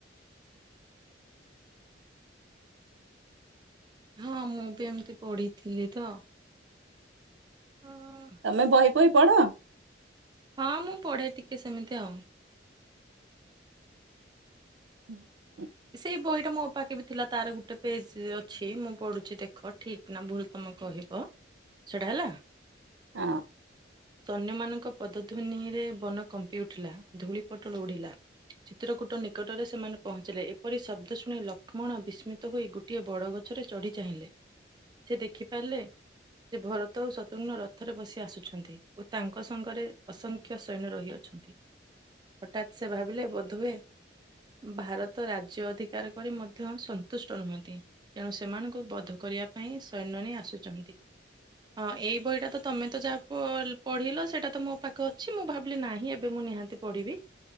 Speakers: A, on the right; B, on the right.
A: ହଁ ମୁଁ ବି ଏମିତି ପଢିଥିଲି ତ। ହଁ।
B: ତମେ ବହି ପହି ପଢ?
A: ହଁ ମୁଁ ପଢେ ଟିକେ ସେମିତି ଆଉ।
B: ହୁଁ।
A: ସେଇ ବହି ଟା ମୋ ପାଖେ ବି ଥିଲା ତାର ଗୋଟେ ପେଜ ଅଛି ମୁଁ ପଢୁଛି ଦେଖ ଠିକ ନା ଭୁଲ ତମେ କହିବ ସେଇଟା ହେଲା।
B: ହଁ।
A: ସୈନ୍ୟମାନଙ୍କ ପଦଧ୍ୱନିରେ ବନ କମ୍ପି ଉଠିଲା ଧୂଳି ପୋଟଳ ଉଡ଼ିଲା। ଚିତ୍ରକୂଟ ନିକଟରେ ସେମାନେ ପହଞ୍ଚିଲେ। ଏପ ପରି ଶବ୍ଦ ଶୁଣି ଲକ୍ଷ୍ମଣ ବିସ୍ମିତ ହୋଇ ଗୋଟିଏ ବଡ଼ ଗଛରେ ଚଢ଼ି ଚାହିଁଲେ। ସେ ଦେଖି ପାରିଲେ ଯେ ଭରତ ଓ ଶତ୍ରୁଘ୍ନ ରଥରେ ବସି ଆସୁଛନ୍ତି ଓ ତାଙ୍କ ସଙ୍ଗରେ ଅସଂଖ୍ୟ ସୈନ୍ୟ ରହିଅଛନ୍ତି। ହଠାତ୍ ସେ ଭାବିଲେ ବୋଧହୁଏ ଭାରତ ରାଜ୍ ସ୍ବ ଅଧିକାର କରି ମଧ୍ୟ ସନ୍ତୁଷ୍ଟ ନୁହନ୍ତି। ତେଣୁ ସେମାନଙ୍କୁ ବଧ କରିବା ପାଇଁ ସୈନ୍ୟନୀ ଆସୁଛନ୍ତି। ହଁ ଏଇ ବହିଟା ତ ତମେ ତ ଯାହା ପ ପଢିଲ ସେଇଟା ତ ମୋ ପାଖରେ ଅଛି ମୁଁ ଭାବିଲି ନାହିଁ ଏବେ ମୁଁ ନିହାତି ପଢିବି